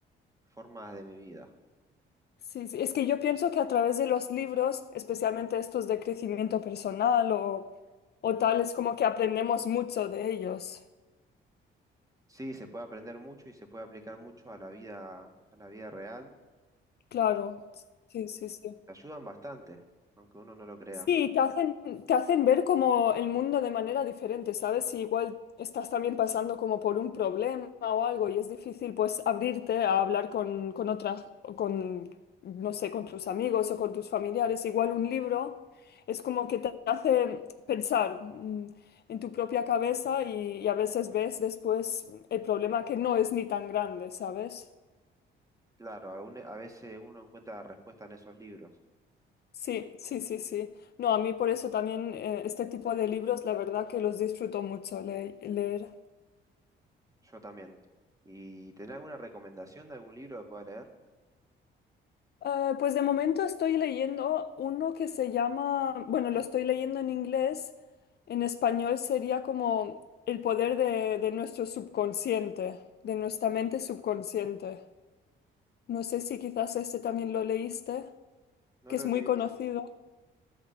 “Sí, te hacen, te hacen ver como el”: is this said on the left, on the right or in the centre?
Left